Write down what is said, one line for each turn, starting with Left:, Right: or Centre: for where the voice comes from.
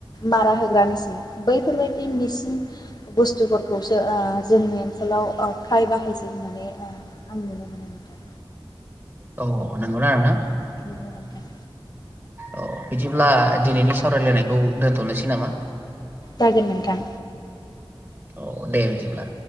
Left: मारा होग्रा मेचिन बैफोरबायदि मेसिन बुस्थुफोरखौसो ओ जोंनि ओनसोलाव फ्राय बाहाय होननानै ओ आं नुनो मोनो नोंथां
Right: अ नोंगौ ना नोंथां
Left: नंगौ नोंथां
Right: औ बिदिब्ला दिनैनि सावरायलायनायखौ दोनथ'नोसै नामा
Left: जागोन नोंथां
Right: अ दे बिदिब्ला